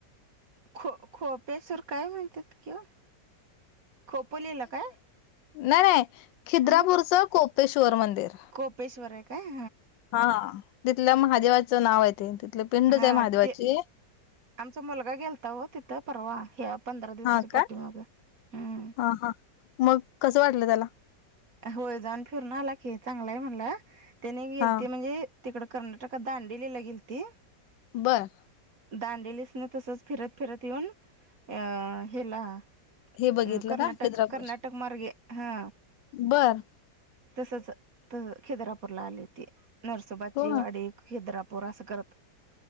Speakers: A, on the right (about 50°); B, on the left (about 85°).
A: खो, खोपेशवर काय म्हणत्यात किं ओ खोपोलीला काय?
B: नाय नाय, खिद्रापूरचं
A: हा
B: कोपेश्वर मंदिर.
A: कोपेश्वर आहे काय
B: हा, तिथल्या महादेवाचं नाव हाय ते, तिथल पिंडच
A: हा
B: हाय महादेवाची
A: ते आमचा मुलगा गेलता ओ तिथं, परवा ह्या पंधरा दिवसाच्या
B: हा का
A: पाठीमाग हम्म
B: हा, हा, मग कस वाटलं त्याला?
A: होय जाऊन फिरून आला की, चांगलाय म्हणला, त्याने गेलती
B: हा
A: म्हजे तिकड कर्नाटकात दांडेलीला गेलती
B: बर.
A: दांडेलीस ना तसच फिरत, फिरत येऊन, अ हेला
B: हे बघितलं
A: अ कर्नाटक,
B: का खिद्रापूर
A: कर्नाटक मार्गे हा.
B: बर
A: तसच, तस खिद्रापूरला आली ती. नरसोबाची
B: हो
A: वाडी, खिद्रापूर, असं करत.